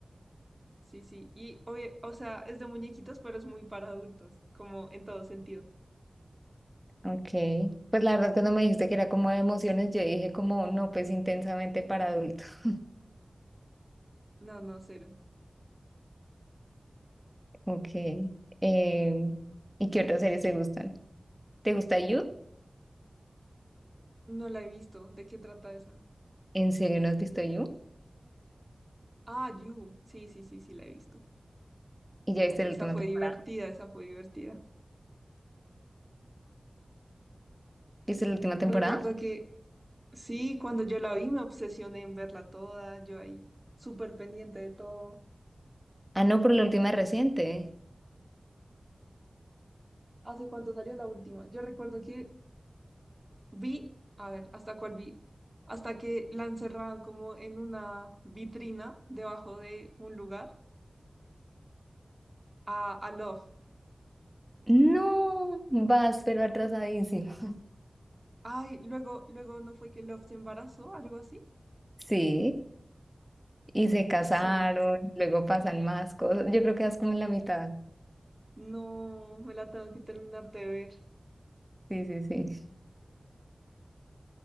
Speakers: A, on the right; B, in the centre.
A: Sí, sí, y oye, o sea, es de muñequitos, pero es muy para adultos, como en todo sentido.
B: Ok, pues la verdad cuando me dijiste que era como de emociones, yo dije como no, pues intensamente para adultos. <laughs>
A: No, no, cero.
B: Ok, eh, ¿y qué otras series te gustan? ¿Te gusta You?
A: No la he visto. ¿De qué trata esa?
B: ¿En serio no has visto You?
A: Ah, You. Sí, sí, sí, sí, la he visto.
B: ¿Y ya viste
A: Ah, Esa
B: la última
A: fue
B: temporada?
A: divertida, esa fue divertida.
B: ¿Viste la última temporada?
A: Recuerdo que sí, cuando yo la vi me obsesioné en verla toda, yo ahí súper pendiente de todo.
B: Ah, no, pero la última es reciente.
A: ¿Hace cuánto salió la última? Yo recuerdo que vi, a ver, ¿hasta cuál vi? Hasta que la encerraban como en una vitrina debajo de un lugar a, a Love.
B: No, vas, pero atrasadísimo. <laughs>
A: Ay, luego, luego no fue que Love se embarazó, algo así.
B: Sí, y se casaron,
A: Sí,
B: luego pasan más cosas. Yo creo que vas como en la mitad.
A: no, me la tengo que terminar de ver.
B: Sí, sí, sí.